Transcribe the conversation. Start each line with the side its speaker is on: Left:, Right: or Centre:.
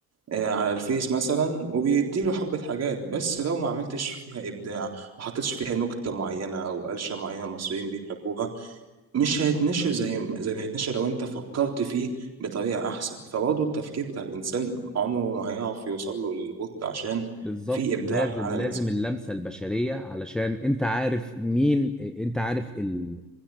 Right: آه، على الفيس مثلا وبيديله حبة حاجات بس لو ما عملتش فيها إبداع ما حطيتش فيها نكتة معينة أو قلشة معينة المصريين بيحبوها مش هيتنشر زي ما زي ما هيتنشر لو أنت فكرت فيه بطريقة أحسن فبرضه التفكير بتاع الإنسان عمره ما هيعرف يوصل له للبوت عشان
Centre: بالظبط
Right: في إبداع
Centre: لازم
Right: في عالم
Centre: لازم
Right: الإنسان
Centre: اللمسة البشرية علشان انت عارف مين انت عارف ال...